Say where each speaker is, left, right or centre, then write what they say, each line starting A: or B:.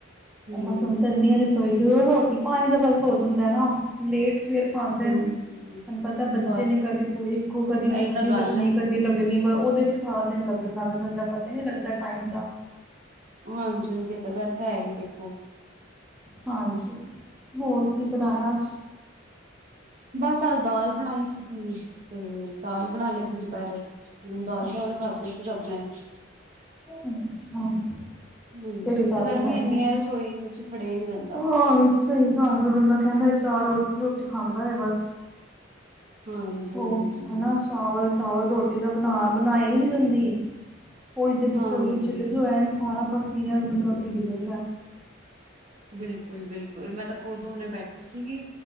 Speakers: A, on the right; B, in the centre.
A: ਹੂੰ
B: ਉਹ ਬਸ ਹੁਣ ਚੱਲੀ ਹਾ ਰਸੋਈ ਚ, ਰੋਟੀ ਪਾਣੀ ਤਾਂ ਬਸ ਹੋ ਜਾਂਦਾ ਨਾ ਲੇਟ ਸਵੇਰ ਖਾਂਦੇ
A: ਹਾਂਜੀ
B: ਨੇ, ਤੁਹਾਨੂੰ ਪਤਾ ਬੱਚੇ
A: ਬਸ
B: ਨੇ ਕਦੇ ਕੋਈ ਇੱਕੋ ਕਦੇ ਭੁੱਖ
A: ਇਹੀ ਤਾਂ
B: ਨੀ
A: ਗੱਲ
B: ਲੱਗਣੀ
A: ਹੈ
B: ਕਦੇ ਲ ਲੱਗਨੀ ਉਹਦੇ ਚ ਸਾਰ ਦਿਨ ਲੱਗਣ ਲੱਗ ਜਾਂਦਾ, ਪਤਾ ਹੀ ਨੀ ਲੱਗਦਾ ਟਾਈਮ ਦਾ
A: ਹਾਂਜੀ-ਹਾਂਜੀ, ਇਹ ਤਾਂ ਗੱਲ ਹੈ ਹੀ ਦੇਖੋ
B: ਹਾਂਜੀ, ਹੋਰ ਕੀ ਬਣਾਇਆ ਅੱਜ?
A: ਬਸ ਅਜ ਦਾਲ ਬਣਾਈ ਸੀਗੀ, ਤੇ ਚਾਵਲ ਬਣਾ ਲਏ ਸੀ, ਦੁਪਹਿਰੇ। ਹੁਣ ਦਾਲ
B: ਅੱਛਾ
A: ਚਾਵਲ ਖਾਦੇ ਸੀ ਸਬ ਨੇ।
B: ਅੱਛਾ, ਕਿਹੜੀ
A: ਹਾਂਜੀ
B: ਦਲ
A: ਤੇ ਗਰਮੀ
B: ਬਨਾਈ
A: ਇੰਨੀ
B: ਜੇ?
A: ਹੈ ਰਸੋਈ ਵਿੱਚ ਖੜੇ ਨੀ ਜਾਂਦਾ
B: ਹਾ ਸਹੀ ਤਾਂ ਫੇਰ ਬੰਦਾ ਕਹਿੰਦਾ ਚਾਰ ਰੋਟੀ ਖਾਂਦਾ ਹੈ, ਬਸ
A: ਹਾਂਜੀ
B: ਉਹ
A: ਹਾਂਜੀ
B: ਹਨਾ ਚਾਵਲ ਚਾਵਲ ਰੋਟੀ ਬਣਾ ਬਣਾਈ ਵੀ ਨੀ ਜਾਂਦੀ <unintelligible> ਰਸੋਈਏ
A: ਹਾਂਜੀ
B: ਚਲੇ ਜੋ ਐ ਸਾਰਾ ਪਸੀਨੇ ਨਾਲ ਬੰਦਾ ਪਿੱਗ ਜਾਦਾ।
A: ਬਿਲਕੁਲ-ਬਿਲਕੁਲ, ਮੈਂ ਤਾਂ ਖੁਦ ਹੁਣੇ ਬੈਠੀ ਸੀਗੀ